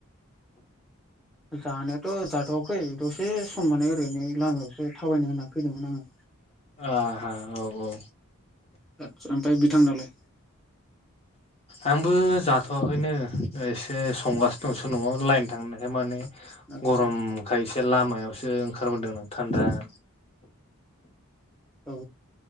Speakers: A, in the centre; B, on the left (about 30°).
A: <inaudible> जानायाथ' जाथ'वाखै दसे सम माने ओरैनो लामायावसो थाबायनो होनना फैदोंमोन आङो
B: आह हा औ औ
A: आतसा ओमफाय बिथां नालाय
B: आंबो जाथ'वाखैनो ओ एसे संगासिनो दंसो न'आव लाइन थांनायखाय माने
A: आदसा
B: गरमखाय
A: औ
B: एसे लामायावसो ओंखारबोदों थान्दानो
A: औ